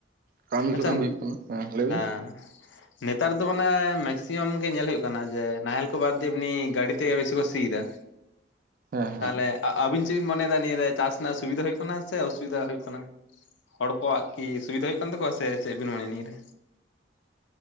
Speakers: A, on the right (about 50°); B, on the left (about 80°).
A: ᱠᱟᱹᱢᱤ ᱠᱷᱚᱱᱟᱜ
B: ᱟᱪᱪᱷᱟ
A: ᱦᱩᱭᱩᱜ ᱠᱟᱱᱟ ᱦᱮᱸ ᱞᱟᱹᱭᱵᱤᱱ?
B: <unintelligible> ᱱᱮᱛᱟᱨ ᱫᱚ ᱢᱟᱱᱮ ᱢᱮᱠᱥᱤᱢᱟᱢ ᱜᱮ ᱧᱮᱞ ᱦᱩᱭᱩᱜ ᱠᱟᱱᱟ ᱡᱮ ᱱᱟᱦᱮᱞ ᱠᱚ ᱵᱟᱫ ᱫᱮ ᱮᱢᱱᱤ ᱜᱟᱹᱰᱤ ᱛᱮᱜᱮ ᱵᱮᱥᱤ ᱠᱚ ᱥᱤᱭᱮᱫᱟ᱾
A: ᱦᱮᱸ ᱦᱮᱸ
B: ᱛᱟᱦᱞᱮ᱾ ᱟᱹᱵᱤᱱ ᱪᱮᱫ ᱵᱤᱱ ᱢᱚᱱᱭᱮᱫᱟ ᱱᱤᱭᱟᱹ ᱨᱮ ᱪᱟᱥ ᱨᱮᱱᱟᱜ ᱥᱩᱵᱤᱫᱟ ᱦᱩᱭᱩᱜ ᱠᱟᱱᱟ ᱥᱮ ᱚᱥᱩᱵᱤᱫᱟ ᱦᱩᱭᱩᱜ ᱠᱟᱱᱟ᱾ ᱦᱚᱲ ᱠᱚᱣᱟᱜ ᱠᱤ ᱥᱩᱵᱤᱫᱟ ᱦᱩᱭᱩᱜ ᱠᱟᱱ ᱛᱟᱠᱚᱣᱟ ᱥᱮ ᱪᱮᱫ ᱵᱤᱱ ᱢᱚᱱᱮ ᱱᱤᱭᱟᱹ ᱨᱮ